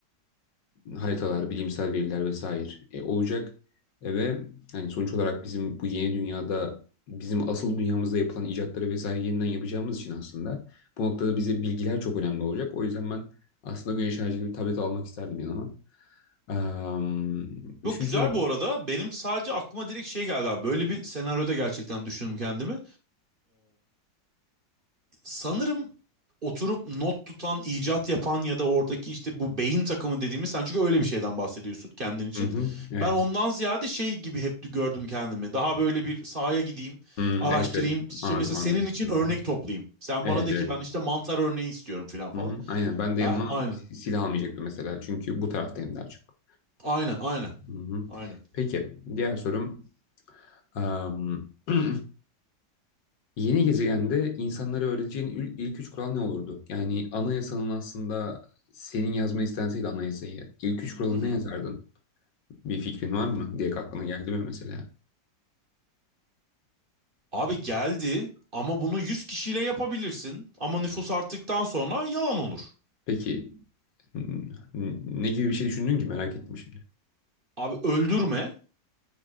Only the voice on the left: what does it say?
haritalar, bilimsel veriler vesaire e, olacak E, ve hani sonuç olarak bizim bu yeni dünyada bizim asıl dünyamızda yapılan icatları vesaire yeniden yapacağımız için aslında bu noktada bize bilgiler çok önemli olacak. O yüzden ben aslında güneş enerjili bir tablet almak isterdim yanıma. Am, üçüncü
olarak.
Hı hı, evet.
Hı,
evet evet
anladım
anladım.
Hı hı.
Evet
evet.
Hı hı, aynen ben de
yanıma
si- silah almayacaktım mesela çünkü bu taraftayım daha çok.
Hı hı.
Peki diğer sorum. Am, <clears throat> Yeni gezegende insanlara öğreteceğin il- ilk üç kural ne olurdu? Yani anayasanın aslında senin yazmayı istenseydi anayasayı ilk üç kuralı
ne yazardın? Bir fikrin var mı? Diye aklına geldi mi mesela?
Peki n- n- ne gibi bir şey düşündün ki merak ettim şimdi.